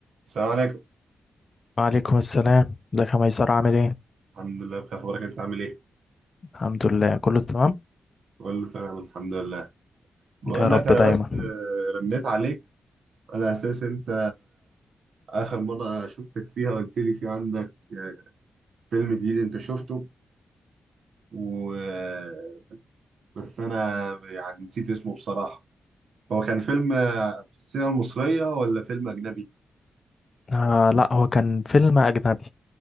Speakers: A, on the right; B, on the left.
A: السلام عليكم
B: وعليكم السلام ده كان ميسر عامل ايه
A: الحمد لله بخير اخبارك انت عامل ايه
B: الحمد لله كله تمام
A: بقول له تمام الحمد لله بقول
B: يا رب
A: لك
B: دايما
A: انا بس آه، رنيت عليك على اساس انت اخر مره شفتك فيها قلت لي في عندك آه، فيلم جديد انت شفته و آه، بس انا يعني نسيت اسمه بصراحه هو كان فيلم آه، في السينما المصريه ولا فيلم اجنبي
B: آه لا هو كان فيلم اجنبي